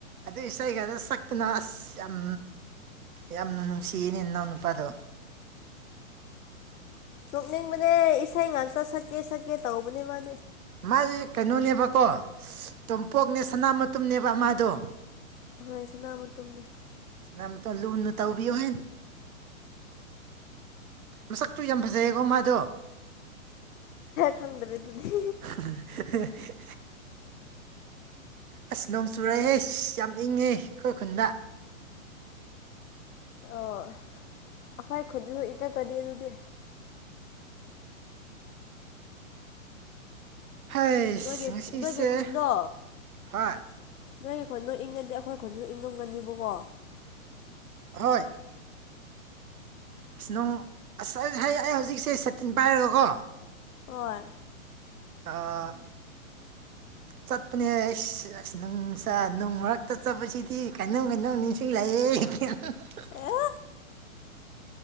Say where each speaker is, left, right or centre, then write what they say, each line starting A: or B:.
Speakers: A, on the right; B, on the left.
A: ꯑꯗꯨ ꯏꯁꯩꯒꯗ ꯁꯛꯇꯨꯅ ꯑꯁ ꯌꯥꯝ ꯌꯥꯝꯅ ꯅꯨꯡꯁꯤꯌꯦꯅꯦ ꯏꯅꯥꯎ ꯅꯨꯄꯥꯗꯣ
B: ꯌꯣꯛꯅꯤꯡꯕꯅꯦ ꯏꯁꯩ ꯉꯥꯛꯇ ꯁꯛꯀꯦ ꯁꯛꯀꯦ ꯇꯧꯕꯅꯦ ꯃꯥꯗꯤ
A: ꯃꯥꯁꯤꯀꯩꯅꯣꯅꯦꯕꯀꯣ ꯇꯣꯝꯄꯣꯛꯅꯦ ꯁꯅꯥ ꯃꯇꯨꯝꯅꯦꯕ ꯃꯥꯗꯣ
B: ꯍꯣꯏ ꯁꯥꯅꯥ ꯃꯇꯨꯝꯅꯦ
A: ꯁꯥꯅꯥꯃꯇꯩꯝ ꯂꯨꯅ ꯇꯧꯕꯤꯌꯣ ꯍꯦ ꯃꯁꯛꯇꯨ ꯌꯥꯝ ꯐꯖꯩꯌꯦꯀꯣ ꯃꯥꯗꯣ
B: ꯈꯪꯗꯔꯦ ꯑꯗꯨꯗꯤ
A: <inaudible> ꯑꯁ ꯅꯣꯡ ꯆꯨꯔꯛꯑꯦꯍꯦ ꯑꯁ ꯌꯥꯝ ꯏꯪꯉꯦ ꯑꯩꯈꯣꯏ ꯈꯨꯟꯗ
B: ꯑꯣ ꯑꯈꯣꯏ ꯈꯨꯟꯁꯨ ꯏꯡꯉꯝꯃꯅꯤ ꯑꯗꯨꯗꯤ
A: ꯍꯩꯁ
B: ꯅꯣꯏꯒꯤ
A: ꯉꯁꯤꯁꯦ
B: ꯅꯣꯏꯒꯤ ꯈꯨꯟꯗꯣ
A: ꯍꯣꯏ
B: ꯅꯣꯏꯒꯤꯈꯨꯟꯗꯣ ꯏꯪꯉꯗꯤ ꯑꯩꯈꯣꯏꯈꯨꯟꯁꯨ ꯏꯪꯉꯝꯒꯅꯤꯕꯀꯣ
A: ꯍꯣꯏ ꯑꯁ ꯅꯨꯡ ꯑꯁ ꯑꯩ ꯍꯧꯖꯤꯛꯁꯦ ꯁꯇꯤꯟ ꯄꯥꯏꯔꯒꯀꯣ
B: ꯍꯣꯏ
A: ꯑꯥ ꯆꯠꯄꯅꯦ ꯑꯩꯁ ꯑꯁ ꯅꯨꯡꯁꯥ ꯅꯨꯡ ꯃꯔꯛꯇ ꯆꯠꯄꯕꯁꯤꯗꯤ ꯀꯩꯅꯣꯝ ꯀꯩꯅꯣꯝꯅꯤꯡꯁꯤꯡꯂꯛꯑꯦꯍꯦ <unintelligible>
B: ꯑꯦ